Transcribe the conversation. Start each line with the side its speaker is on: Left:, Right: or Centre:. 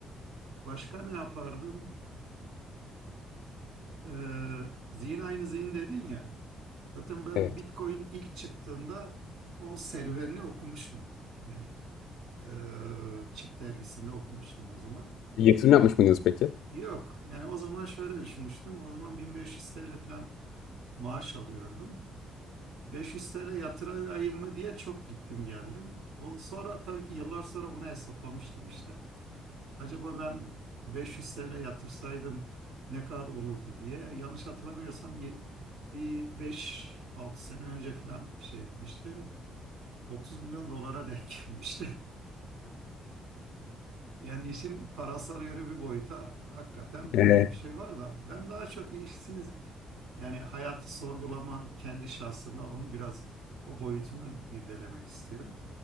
Right: Başka ne yapardım? Ee, zihin aynı zihin dedin ya. Zaten ben
Left: Evet.
Right: Bitcoin ilk çıktığında o serüvenini okumuştum. Hani e, Çip dergisinde okumuştum o zaman.
Left: Bir yatırım yapmış mıydınız peki?
Right: Yok yani o zaman şöyle düşünmüştüm. O zaman 1500 TL falan maaş alıyordum. 500 TL yatırayım mı diye çok gittim geldim. O, sonra tabii ki yıllar sonra bunu hesaplamıştım işte. acaba ben 500 TL yatırsaydım ne kadar olurdu diye. Yanlış hatırlamıyorsam ye- bir beş altı sene önce falan şey etmiştim. otuz milyon dolara denk <laughs> gelmişti. Yani işin parasal yönü bir boyuta hakikaten
Left: Evet.
Right: öyle bir şey var da ben daha çok işsiz yani hayatı sorgulama kendi şahsında onu biraz o boyutunu irdelemek istiyorum.